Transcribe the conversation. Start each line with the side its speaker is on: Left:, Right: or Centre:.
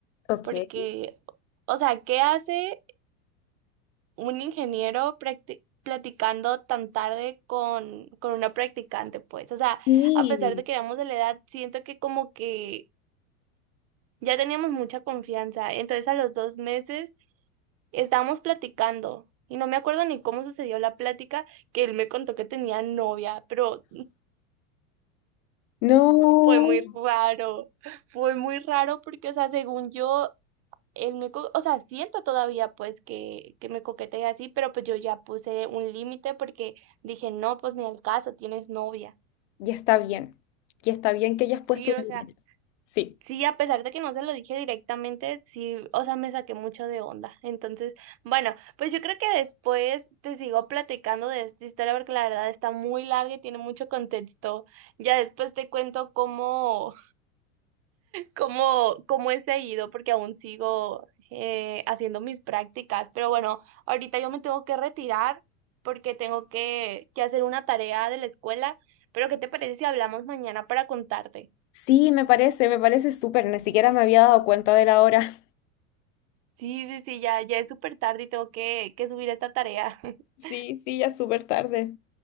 Left: Ok.
Right: porque, o sea, ¿qué hace un ingeniero practi- platicando tan tarde con, con una practicante, pues? O sea,
Left: Sí.
Right: a pesar de que éramos de la edad, siento que como que ya teníamos mucha confianza, entonces a los dos meses estábamos platicando. Y no me acuerdo ni cómo sucedió la plática, que él me contó que tenía novia, pero
Left: No.
Right: Fue muy raro, fue muy raro porque, o sea, según yo, él me, co- o sea, siento todavía pues que, que me coquetea así, pero pues yo ya puse un límite porque dije, no, pues ni al caso, tienes novia.
Left: Ya está bien. Ya está bien que hayas puesto
Right: Sí, o
Left: un
Right: sea,
Left: límite. Sí.
Right: sí, a pesar de que no se lo dije directamente, sí, o sea, me saqué mucho de onda. Entonces, bueno, pues yo creo que después te sigo platicando de esta historia porque la verdad está muy larga y tiene mucho contexto. Ya después te cuento cómo cómo, cómo he seguido, porque aún sigo eh, haciendo mis prácticas. Pero bueno, ahorita yo me tengo que retirar porque tengo que, que hacer una tarea de la escuela. Pero ¿qué te parece si hablamos mañana para contarte?
Left: Sí, me parece, me parece súper. Ni siquiera me había dado cuenta de la hora.
Right: Sí, sí, sí, ya, ya es súper tarde y tengo que, que subir esta tarea. <laughs>
Left: Sí, sí, ya es súper tarde.